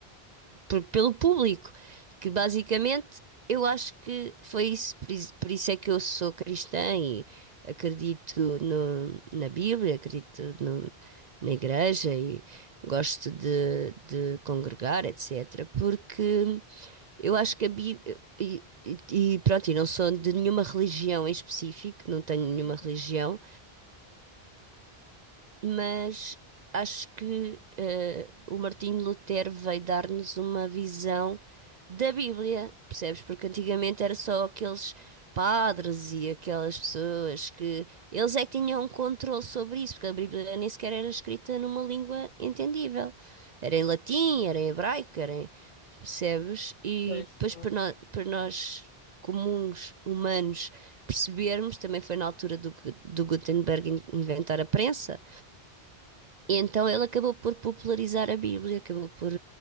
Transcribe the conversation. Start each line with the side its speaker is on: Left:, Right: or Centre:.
Right: por- pelo público, que basicamente eu acho que foi isso, por isso, por isso é que eu sou cristã e acredito no- na Bíblia, acredito no- na igreja e gosto de, de congregar, etc. Porque eu acho que a Bíblia. E, e, e pronto, e não sou de nenhuma religião em específico, não tenho nenhuma
Left: <laughs>
Right: religião, mas acho que eh, o Martinho Lutero veio dar-nos uma visão da Bíblia, percebes? Porque antigamente era só aqueles padres e aquelas pessoas que eles é que tinham um controle sobre isso, porque a Bíblia nem sequer era escrita numa língua entendível. Era em latim, era em hebraico, era em, percebes? E
Left: Pois,
Right: depois
Left: exato.
Right: para nós, para nós comuns humanos percebermos, também foi na altura do, Gu- do Gutenberg in- inventar a prensa, e então ele acabou por popularizar a Bíblia, acabou por